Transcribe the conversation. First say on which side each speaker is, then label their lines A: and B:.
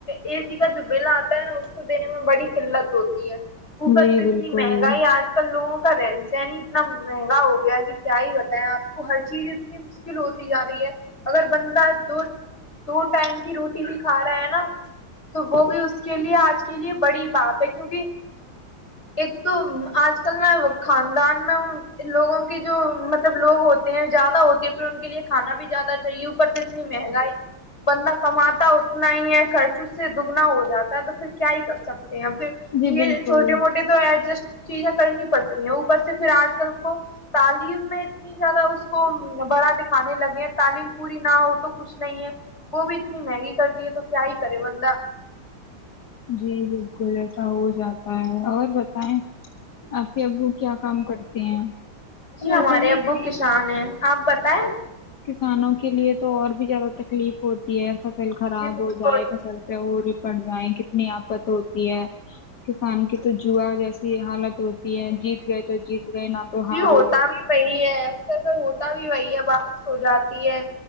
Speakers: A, on the left; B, on the left.
A: اے سی کا جو بل آتا ہے نا اس کو دینے میں بڑی قلت ہوتی ہے اوپر
B: جی
A: سے
B: بالکل
A: اتنی مہنگائی آج کل لوگوں رہن سہن اتنا مہنگا ہو گیا کہ کیا ہی بتائیں آپ کو ہر چیز اتنی مشکل ہوتی جا رہی ہے اگر بندہ دو دو ٹائم کی روٹی بھی کھا رہا ہے نا تو وہ بھی اس کے لیے آج کے لیے بڑی بات ہے کیونکہ ایک تو آج کل نا خاندان میں لوگوں کے جو مطلب لوگ ہوتے ہیں زیادہ ہوتے لیے کھانا بھی زیادہ چاہیے اوپر سے اتنی مہنگائی بندہ کماتا ہو انا ہی ہے خرچ اس سے دگنا ہو جاتا ہے تو پھر کیا ہی کر سکتے ہیں پھر
B: جی
A: یہ
B: بالکل
A: چھوٹے موٹے تو ایڈجسٹ چیزیں کرنی پڑتی ہیں اوپر سے پھر آج کل کو تعلیم میں اتنی زیادہ اس کو بڑا کانے لگے ہیں تعلیم پوری نہ ہوتی تو کچھ نہیں ہے وہ بھی اتنی مہنگی کر دی ہے تو کیا ہی کرے بندہ
B: جی جی جسا ہو جاتا ہے اور ب آپ کے ابو کیا کام کرتے ہیں
A: جی ہمارے
B: ویسے بھی
A: ابو کسان ہیں آپ بتائیں
B: کسانوں کے لیے تو اور بھی زیادہ تکلیف ہوتی ہے ایسا فصل خراب
A: جی بالکل
B: ہو جائے فصل پہ اور پڑ جائیں کتنی آفت ہوتی ہے کسان کی تو جوا جیسی حالت ہوتی ہے جیت گئے تو جیت گئے نہ تو
A: جی
B: ہار
A: ہوتا
B: گئے
A: بھی صی ہے اکثر اگر ہوتا بھی وہی ہے واپس ہو جاتی ہے